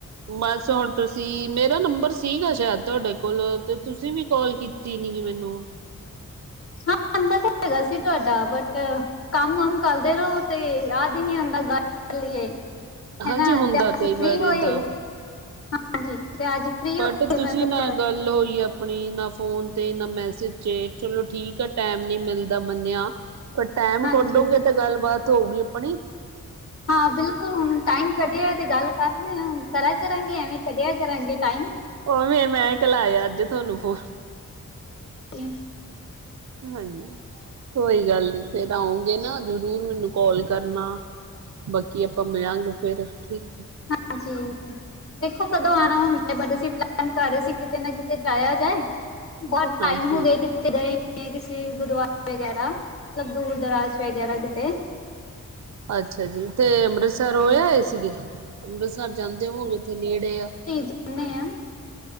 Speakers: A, on the right; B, on the left.
A: ਬਸ ਹੁਣ ਤੁਸੀਂ, ਮੇਰਾ ਨੰਬਰ ਸੀਗਾ ਸ਼ਾਇਦ ਤੁਹਾਡੇ ਕੋਲ ਤੇ ਤੁਸੀਂ ਵੀ ਕਾਲ ਕੀਤੀ ਨੀ ਮੈਨੂੰ
B: ਹਾਂ ਨੰਬਰ ਹੈਗਾ ਸੀ ਤੁਹਾਡਾ ਬਟ ਕੰਮ ਵਮ ਕਰਦੇ ਰਹੋ ਤੇ। ਨ ਹੁੰਦਾ ਗੱਲ ਕਰ ਲਈਏ,
A: ਹਾਂਜੀ
B: ਹਨਾ
A: ਹੁੰਦਾ
B: ਤੇ ਅ
A: ਕਈ
B: ਫ੍ਰਰੀ
A: ਵਾਰ ਏਦਾਂ
B: ਹੋਏ ਹਾਂਜੀ, ਤੇ ਅੱਜ ਫ੍ਰਰੀ
A: ਬਟ,
B: ਹੋਏ ਤੇ
A: ਤੁਸੀ
B: ਮੈਂ ਸੋਚਿਆ
A: ਨਾ ਗੱਲ- ਹੋਈ ਆਪਣੀ ਨਾ ਫੋਨ ਤੇ ਨਾ ਮੈਸੇਜ 'ਚ ਚਲੋ ਠੀਕ ਆ ਟਾਈਮ ਨੀ ਮਿਲਦਾ ਮੰਨਿਆ ਪਰ ਟੈਮ
B: ਹਾਂਜੀ
A: ਕੱਢੋਗੇ ਤਾਂ ਗੱਲਬਾਤ ਹੋਊਗੀ ਆਪਣੀ।
B: ਹਾਂ ਬਿਲਕੁਲ ਹੁਣ ਟਾਈਮ ਕੱਢਿਆ, ਤੇ ਗੱਲ ਕਰ ਲਈ ਹੁਣ ਕਰਾ ਕਰਾਂਗੇ ਐਵੇਂ, ਕਢਿਆ ਕਰਾਂਗੇ ਟਾਈਮ
A: ਉਹਵੇਂ ਮੈਂ ਘਲਾਇਆ ਅੱਜ ਤੁਹਾਨੂੰ ਫੋਨ
B: ਤੇ
A: ਹਾਂਜੀ, ਕੋਈ ਗੱਲ ਨੀ ਫੇਰ ਆਉਂਗੇ ਨਾ ਜਰੂਰ ਮੈਨੂੰ ਕੋਲ ਕਰਨਾ ਬਾਕੀ ਆਪਾਂ ਮਿਲਾਂਗੇ ਫੇਰ ਠੀਕ।
B: ਹਾਂਜੀ, ਦੇਖੋ ਕਦੋਂ ਆਉਣਾ ਹੁੰਦਾ ਬ ਅਸੀਂ ਕੋਲ ਕਰ ਰਹੇ ਸੀ ਕਿਤੇ ਨਾ ਕਿਤੇ ਜਾਇਆ ਜਾਏ ਬਹੁਤ
A: ਹਾਂਜੀ-ਹਾਂਜੀ।
B: ਟਾਈਮ ਹੋ ਗਏ ਕਿਤੇ ਕਿ ਨਹੀਂ ਕਿਸੇ ਗੁਰਦੁਆਰੇ ਵਗੈਰਾ, ਮਤਲਬ ਦੂਰ ਦਰਾਜ ਵਗੈਰਾ ਕਿਤੇ
A: ਅਛਾ ਜੀ, ਤੇ ਅੰਮ੍ਰਿਤਸ- ਸਰ ਰੋਏ ਹੋਏ ਸੀਗੇ, ਅੰਮ੍ਰਿਤਸਰ ਜਾਂਦੇ ਹੋਗੇ ਉੱਥੇ ਨੇੜੇ ਆ
B: ਸੀ ਜਾਂਦੇ ਹਾਂ,